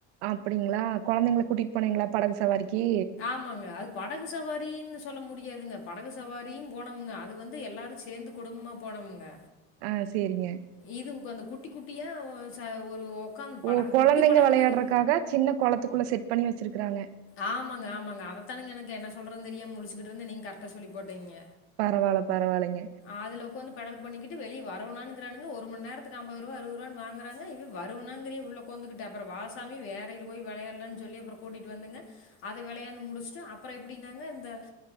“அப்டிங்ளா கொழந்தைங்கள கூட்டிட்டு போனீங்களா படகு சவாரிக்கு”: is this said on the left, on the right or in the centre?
Right